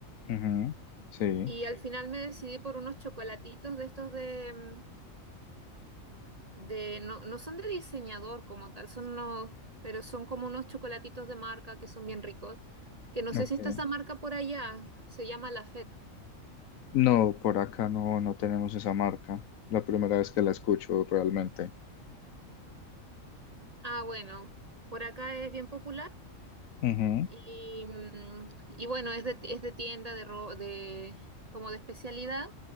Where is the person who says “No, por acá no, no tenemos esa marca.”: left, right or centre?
Left